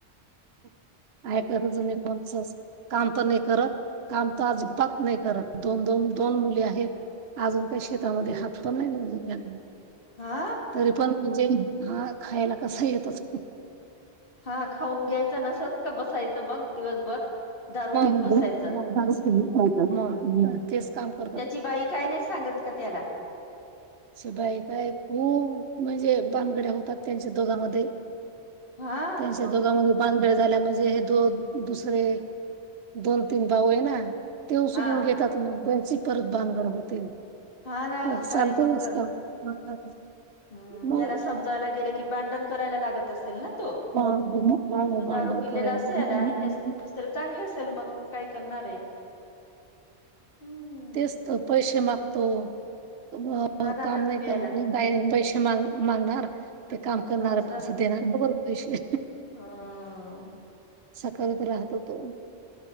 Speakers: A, on the right; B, on the left.
A: का करी कोणचं काम तर नाही करत काम तर अजिबात नाही करत. दोन दोन दोन मुले आहेत अजून काही शेतामध्ये
B: बापरे
A: हात पण लावला नाही त्यांनी
B: हा
A: तरी पण म्हणजे हा खायला कसा येतोच
B: हा खाऊन घ्यायचं नसत का बसायचं मग दिवसभर दारू
A: मग
B: पीत बसायचं
A: म
B: हम्म
A: मग दारू पिली तेच काम कर
B: त्याची बाई काय नाही सांगत का त्याला.
A: शी बाई बाई खूप म्हणजे बांगड्या होतात त्यांच्या दोघांमध्ये
B: हा
A: त्यांच्यात दोघांमध्ये भांडण झाल्या म्हणजे हे दोन दुसरे दोन तीन भाऊ आहे ना ते उचलून
B: हा
A: घेतात मग त्यांची परत भानगड होते.
B: हा ना
A: असं
B: काय मग.
A: <unintelligible>
B: हम
A: मग
B: त्याला समजावयाला गेलं की भांडण करायला लागत असेल ना तो.
A: <unintelligible>
B: तो
A: भांडण
B: दारू पिलेला
A: करायला
B: असेल
A: नाही
B: आणि हे दुसर चांगले असेल मग काय करणार आहे. हम्म
A: तेच तर पैसे मागतो तर मग हो
B: हा ना
A: काम
B: दारू
A: नाही
B: प्यायला
A: करत नाही का पैसे मागणार ते काम करणार
B: असं
A: पैसे देणार का बर पैशे.
B: हं
A: असा करत राहतो तो